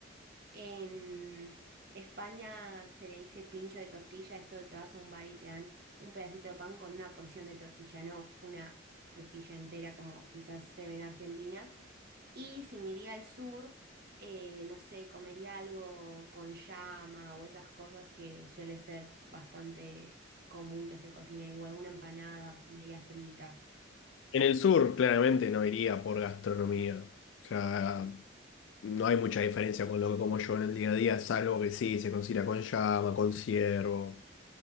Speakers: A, on the right; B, on the left.
A: En España se le dice pincho de tortilla, esto de que vas a un bar y te dan un pedacito de pan con una porción de tortilla, no una tortilla entera como quizás se ve en Argentina. Y si me iría al sur, eh, no sé, comería algo con llama o esas cosas que suele ser bastante común que se cocine ahí, o alguna empanada media frita.
B: En el sur, claramente no iría por gastronomía. O sea, no hay mucha diferencia con lo que como yo en el día a día, salvo que sí, se considera con llama, con ciervo.